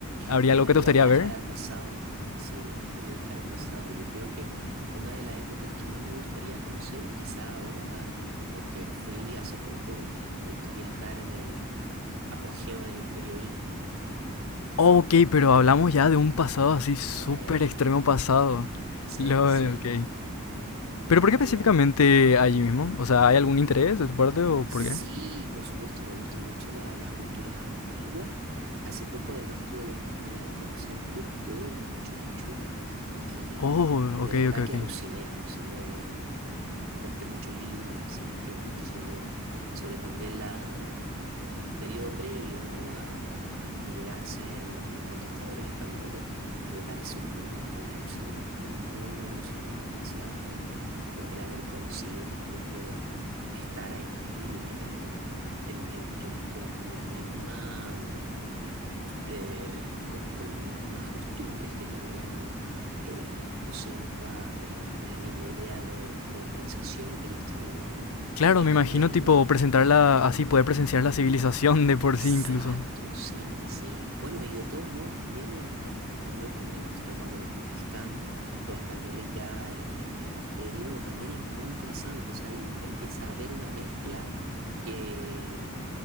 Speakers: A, on the left; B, on the right.
A: ¿habría
B: Me encantaría
A: algo que te gustaría
B: viajar
A: ver?
B: al pasado. Sí, me encantaría viajar al pasado. Yo creo que una de las épocas que más me gustaría conocer y quizá ahora, porque fui hace poco y me gustaría estar en el apogeo del Imperio Inca, así
A: Ok,
B: como por...
A: pero hablamos ya de un pasado así súper
B: Sí,
A: extremo pasado.
B: sí,
A: Lo,
B: sí.
A: ok.
B: Me
A: ¿Pero
B: encantaría
A: por qué específicamente allí mismo? O sea, ¿hay algún interés de tu parte o
B: Sí,
A: por qué?
B: por supuesto, me gustan mucho la- las culturas antiguas. Hace poco además tuve la oportunidad de conocer Cusco y Machu Picchu y
A: Oh,
B: de
A: ok,
B: verdad
A: ok,
B: que
A: ok.
B: aluciné, aluciné compré muchos libros, me empecé a investigar mucho sobre, sobre también la, el periodo previo, ¿no? a, a- a que llegasen los conquistadores españoles y me parece un mundo muy alucinante, pero muy, muy alucinante. O sea, haber, co- poder haber conocido y también poder estar allí eh, en- en- en- con, con la misma... mm, eh, con, con las mismas costumbres que tenían eh, los incas, eh, la misma idea de, de organización que ellos tenían
A: Claro,
B: y
A: me
B: también
A: imagino tipo presentarla así, poder presenciar la civilización de por
B: Exacto,
A: sí incluso.
B: sí, sí. Bueno, y de todos modos también el, el- el periodo que viene posterior cuando conquistan los españoles ya eh, el, el imperio también es muy interesante, o sea, y ya empieza a haber una mezcla que,